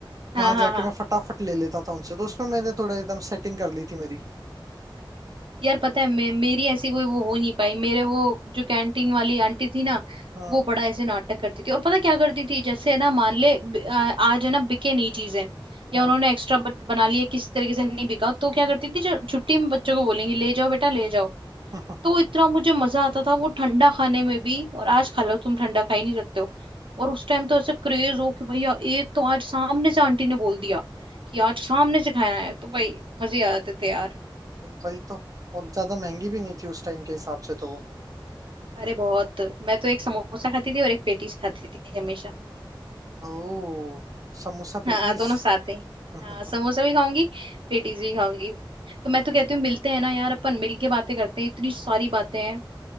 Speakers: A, on the right (about 75°); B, on the right (about 45°).
A: हाँ
B: वहां
A: हाँ
B: जाके
A: हाँ
B: मैं फटाफट ले लेता था उनसे तो उसमें मैंने थोड़ा एकदम सेटिंग कर ली थी मेरी
A: यार पता है मे, मेरी ऐसी कोई वो हो नहीं पाई मेरे वो जो कैंटीन वाली आंटी थी ना
B: हाँ
A: वो बड़ा ऐसे नाटक करती थी और पता क्या करती थी जैसे है ना मान ले ब- आ- आज है ना बिके नहीं चीजें या
B: हाँ
A: उन्होंने एक्स्ट्रा बना लिया किसी तरीके से नहीं बिका तो क्या करती थी जो छुट्टी में बच्चों को बोलेंगी ले जाओ बेटा ले जाओ
B: <laughs>
A: तो इतना मुझे मजा आता था वो ठंडा खाने में भी और आज खा लो तुम ठंडा खा ही नहीं सकते हो और उस टाइम तो ऐसे क्रेज हो कि भैया एक तो आज सामने से आंटी ने बोल दिया कि आज सामने से खाना है तो भाई मजे आ जाते थे यार
B: वही तो और ज्यादा महंगी भी नहीं थी उस टाइम के हिसाब से तो
A: अरे बहुत मैं तो एक समोसा खाती थी और एक पेटीज खाती थी हमेशा
B: वो ओह समोसा पेटीज
A: हाँ दोनों साथ ही
B: <laughs>
A: हाँ समोसा भी खाऊंगी पेटीज भी खाऊंगी तो मैं तो कहती हूँ मिलते हैं ना यार अपन मिल के बातें करते हैं इतनी सारी बातें हैं